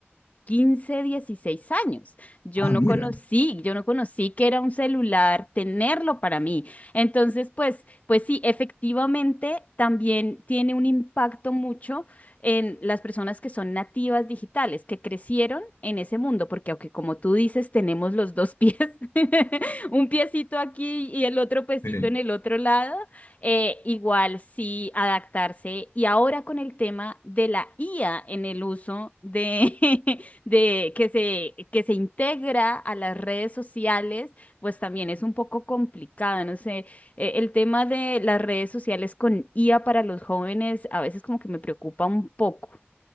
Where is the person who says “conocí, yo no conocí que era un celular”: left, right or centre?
Left